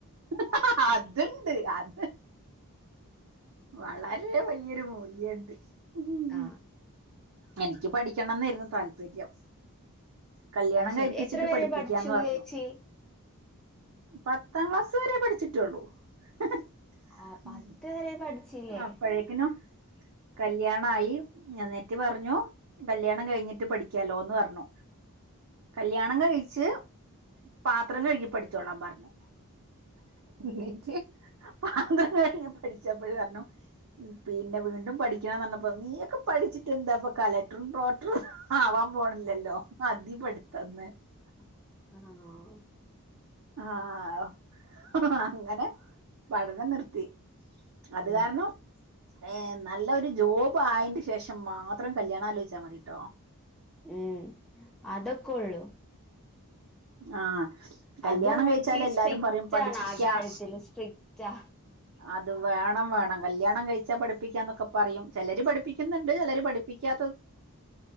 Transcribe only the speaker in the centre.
ആഹ്.
അത്
ശരി എത്ര വരെ
പഠിച്ചു
ചേച്ചി
ആഹ് പത്ത് വരെ പഠിച്ചില്ലേ
ആഹ
ഉം
ഉം അതൊക്കെ ഉള്ളു
അത് ഉമ്മച്ചി
സ്ട്രിക്റ്റ്
ആണ് ആ കാര്യത്തില് സ്ട്രിക്റ്റാ